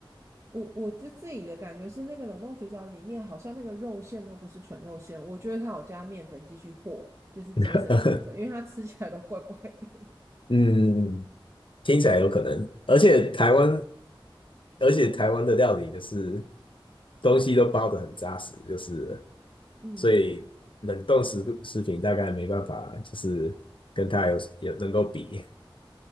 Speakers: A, on the right (about 30°); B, on the left (about 70°).
A: 我我自自己的感觉是那个冷冻水饺里面好像那个肉馅都不是纯肉馅，我觉得它有加面粉继续和，就是节省成本，
B: <laughs>
A: 因为它吃起来都怪怪的。
B: 嗯，听起来有可能，而且台湾，而且台湾的料理就是东西都包得很扎实，就是
A: <laughs> 嗯。
B: 所以冷冻食食品大概没办法，就是跟它有有能够比。